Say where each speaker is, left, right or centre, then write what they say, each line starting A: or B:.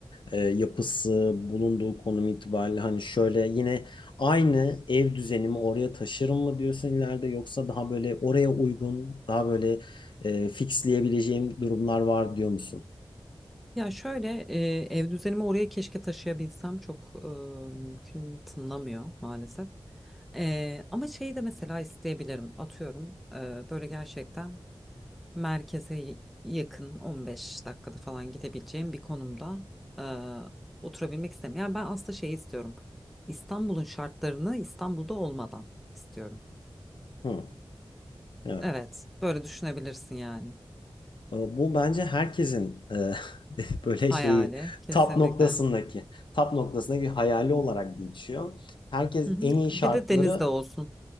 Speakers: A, on the left; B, in the centre.
A: e, yapısı, bulunduğu konum itibariyle hani şöyle yine aynı ev düzenimi oraya taşırım mı diyorsun ileride yoksa daha böyle oraya uygun, daha böyle e, fixleyebileceğim durumlar var diyor musun?
B: Ya şöyle e, ev düzenimi oraya keşke taşıyabilsem çok e, mümkün tınlamıyor maalesef. E, ama şeyi de mesela isteyebilirim atıyorum e, böyle gerçekten. merkeze y- yakın 15 dakikada falan gidebileceğim bir konumda e, oturabilmek istemiyorum. Yani ben aslında şey istiyorum. İstanbul'un şartlarını İstanbul'da olmadan istiyorum.
A: Hı, evet.
B: Evet, böyle düşünebilirsin yani.
A: E, Bu bence herkesin e, <laughs> böyle
B: Hayali
A: şeyi
B: kesinlikle.
A: tap noktasındaki tap noktasındaki bir hayali olarak geçiyor. Herkes
B: Hı hı.
A: en iyi şartları
B: Bir de deniz de olsun.